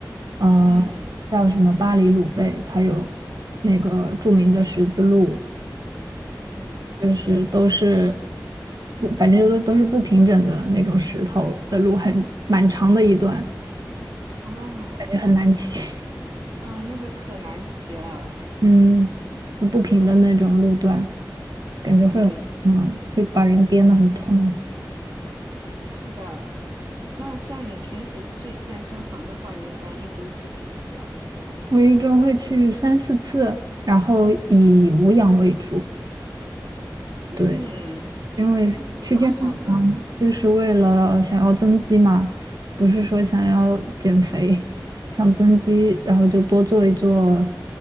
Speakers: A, on the right; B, on the right.
A: 呃，
B: 嗯
A: 叫什么巴黎鲁贝，它有那个著名的十字路，
B: 嗯，
A: 就是都是不，反正都都是不平整的那种石头的路，很蛮长的一段，
B: 哦，
A: 感觉很难骑，
B: 嗯，那个可难骑了。
A: <laughs> 嗯，就不平的那种路段。感觉会，
B: 对，
A: 嗯，会把人颠得很痛。
B: 是的。那像你平时去健身房的话，你一般一周去几次啊？
A: 我一周会去三四次，然后以无氧为主，对，
B: 嗯，
A: 因为去健
B: 蛮好的。
A: 就是为了想要增肌嘛，不是说想要减肥，想增肌，然后就多做一做，